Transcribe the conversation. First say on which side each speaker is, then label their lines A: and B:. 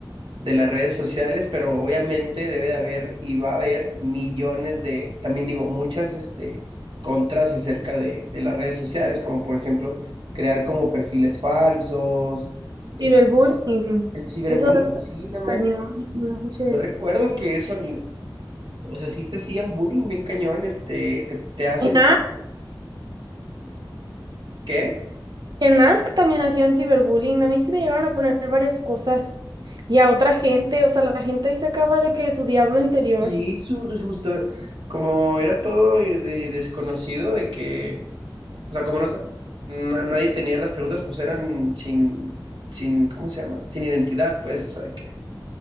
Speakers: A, on the right; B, on the right.
A: de las redes sociales, pero obviamente debe de haber y va a haber millones de, también digo, muchas este, contras acerca de, de las redes sociales, como por ejemplo crear como perfiles falsos, este,
B: Ciberbullying.
A: el ciberbullying,
B: Eso da
A: sí, no manches.
B: cañón. no manches.
A: Yo recuerdo que eso, en- o sea, sí te hacían bullying bien cañón, este, te, te hacen,
B: En Ask,
A: ¿qué?
B: en Ask también hacían ciberbullying. A mí sí me llegaron a poner varias cosas. Y a otra gente, o sea, la gente ahí se acaba de que su diablo interior.
A: Sí, su, justo, como era todo eh, de- desconocido de que O sea, como no, sab- na- nadie tenía las preguntas, pues eran sin, sin, ¿cómo se llama? Sin identidad, pues, o sea, de que,